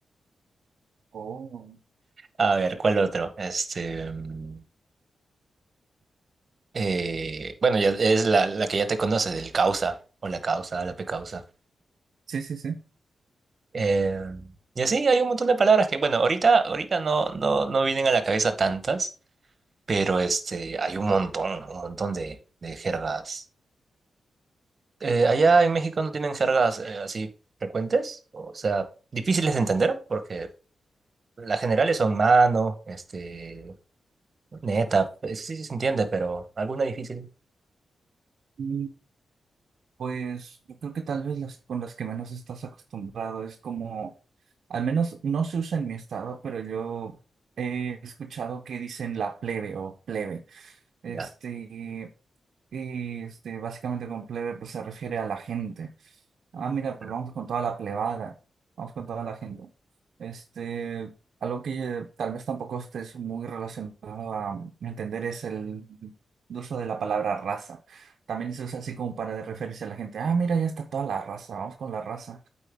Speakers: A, on the right; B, on the right.
A: oh.
B: A ver, ¿cuál otro? Este, mm, eh, bueno, ya es la, la que ya te conoces, el causa, o la causa, la pecausa.
A: Sí, sí, sí.
B: Eh, y así hay un montón de palabras que, bueno, ahorita, ahorita no, no, no vienen a la cabeza tantas, pero este, hay un montón, un montón de, de jergas eh, allá en México no tienen jergas eh, así frecuentes, o sea, difíciles de entender, porque las generales son mano, este, neta, pues, sí, sí se entiende, pero alguna difícil.
A: Mm, Pues yo creo que tal vez las con las que menos estás acostumbrado es como, al menos no se usa en mi estado, pero yo he escuchado que dicen la plebe o plebe. Este,
B: Ya,
A: y este, básicamente con plebe pues se refiere a la gente. Ah, mira, pues
B: pero-
A: vamos con toda la plebada, vamos con toda la gente. Este, algo que eh, tal vez tampoco estés muy relacionado a entender es el uso de la palabra raza. También se usa así como para referirse a la gente. Ah, mira, ya está toda la raza, vamos con la raza.